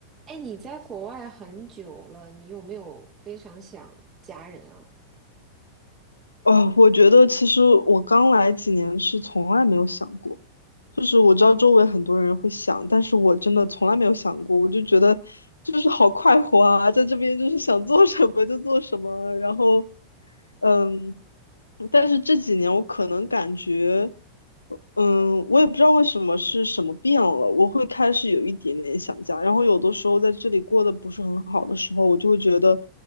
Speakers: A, on the right; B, on the left.
A: 哎，你在国外很久了，你有没有非常想家人啊？
B: 哦，我觉得其实我刚来几年是从来没有想过，就是我知道周围很多人会想，
A: 哦，
B: 但是我真的从来没有想过，我就觉得就是好快活啊，在这边就是想做什么就做什么，然后，嗯，但是这几年我可能感觉，嗯，我也不知道为什么是什么变了，我会开始有一点点想家，然后有的时候在这里过得不是很好的时候，我就会觉得。